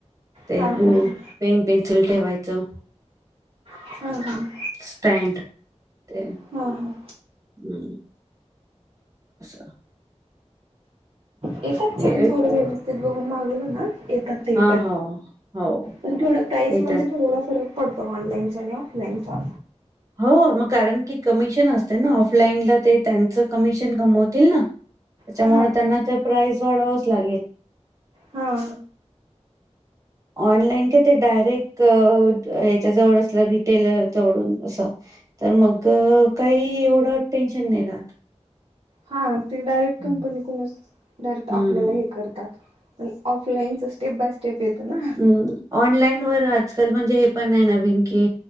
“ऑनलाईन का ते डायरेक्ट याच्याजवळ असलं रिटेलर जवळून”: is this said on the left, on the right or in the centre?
Right